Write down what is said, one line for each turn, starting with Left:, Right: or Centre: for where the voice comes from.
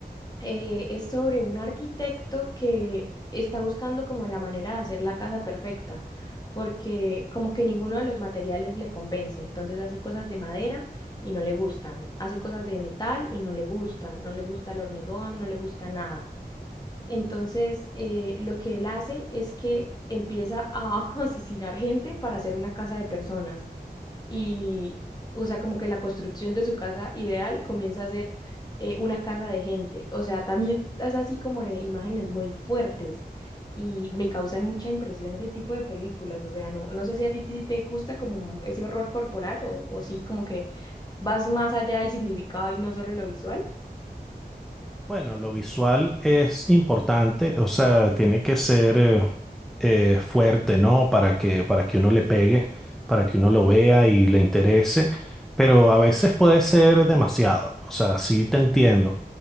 Left: eh, es sobre un arquitecto que está buscando como la manera de hacer la casa perfecta, porque como que ninguno de los materiales le convence, entonces hace cosas de madera y no le gustan, hace cosas de metal y no le gustan, no le gusta el hormigón, no le gusta nada. Entonces, eh, lo que él hace es que empieza a <laughs> asesinar gente para hacer una casa de personas y, o sea, como que la construcción de su casa ideal comienza a ser eh, una casa de gente. O sea, también es así como de imágenes muy fuertes y me causan mucha impresión ese tipo de películas. O sea, no, no sé si a ti ti te gusta como ese horror corporal o, o sí como que vas más allá del significado y no solo lo visual.
Centre: Bueno, lo visual es importante, o sea, tiene que ser eh, eh, fuerte, ¿no? Para que, para que uno le pegue, para que uno lo vea y le interese, pero a veces puede ser demasiado, o sea, sí te entiendo.